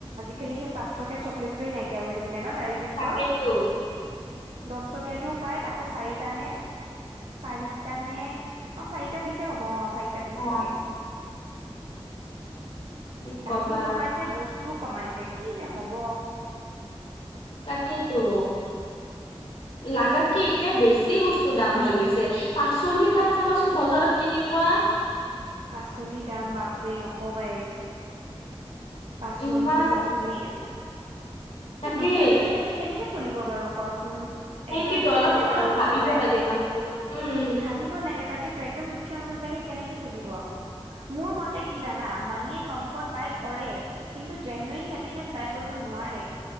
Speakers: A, on the right; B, on the left.
A: কালি সেই পাঁচ টকীয়া চকলেটটোৱে নাইকিয়া হৈ থাকিলে ন' ডেৰিমিল্কৰ।
B: তাকেতো
A: দছ টকীয়াটো পাই তাকো চাৰিটা নে চাৰিটা নে! অঁ চাৰিটা পিচে হ'ব অঁ চাৰিটা পিচ
B: অ
A: চাগে।
B: কি
A: দামো
B: কবা
A: বঢ়াইছে বস্তুও কমাইছে কি যে হ'ব।
B: তাকেটো। লাগাতকে এতিয়া বেছি বস্তুৰ দাম হৈ গৈছে পাচলিৰ দাম চাবাচোন বজাৰ ত কেনেকুৱা
A: পাচলিৰ দাম বাপৰে নকবাই। পাচনি-চাচনি
B: ইমান
A: এই
B: তাকে
A: এ দুখীয়া মানুহ বিলাকে কেনেকে চলিব বাৰু কোৱাচোন
B: সেইটোৱেতো
A: একদম যোনে
B: অলপ
A: মানে
B: অলপ
A: খাব
B: ভাবিব
A: নাপায়
B: লাগে ন উম উম
A: ভাবিব লাগে তাকেতো একদম দু দুখীয়া মানুহ বিলাকে কেনেকে চলিব মোৰ মতে কি যানা মানিয়ে কমফট বাই কৰে কিন্তু জেনোৱেল হেপিনেচ বাই কৰিব নোৱাৰে